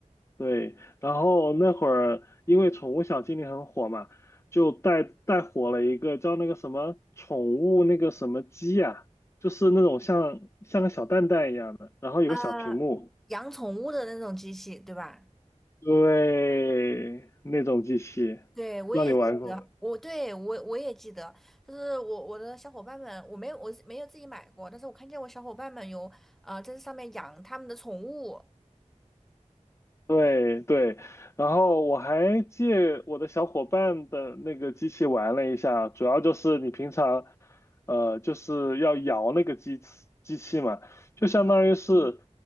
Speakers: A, on the left; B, in the centre.
A: 对。然后那会儿因为宠物小精灵很火嘛，就带带火了一个叫那个什么宠物那个什么鸡呀、就是那种像像个小蛋蛋一样的，然后有个小屏幕。
B: 啊，养宠物的那种机器，对吧？
A: 对，那种机器，不知道你玩过，
B: 对，我也记得，我对我我也记得，就是我我的小伙伴们，我没有我没有自己买过，但是我看见我小伙伴们有啊在这上面养他们的宠物，
A: 对对，然后我还借我的小伙伴的那个机器玩了一下，主要就是你平常，呃，就是要摇那个机器机器嘛，就相当于是
B: 嗯